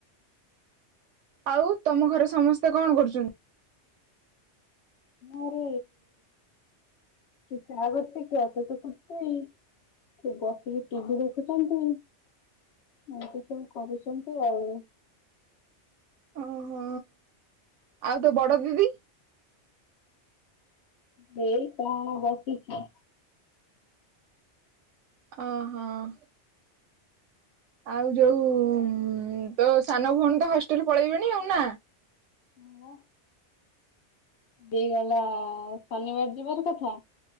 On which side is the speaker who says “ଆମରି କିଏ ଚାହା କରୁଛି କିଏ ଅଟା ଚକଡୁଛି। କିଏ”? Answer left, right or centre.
Left